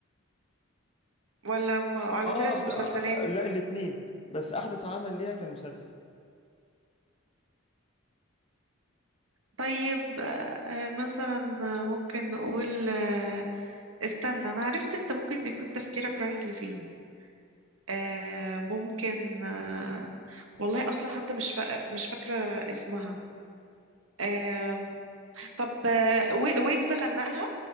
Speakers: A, on the right; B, on the left.
A: ولا م- ولا
B: اه
A: طلعت
B: بت...
A: في مسلسلات
B: آه، لا الاتنين بس احدث عمل ليها كان مسلسل
A: طيب آه مثلا آه، ممكن نقول آه، استنى انا عرفت انت ممكن يكون تفكيرك رايح لفين آه ممكن آه والله اصلا حتى مش فا... مش فاكره اسمها آه طب آه، وي- ويجز غنى لها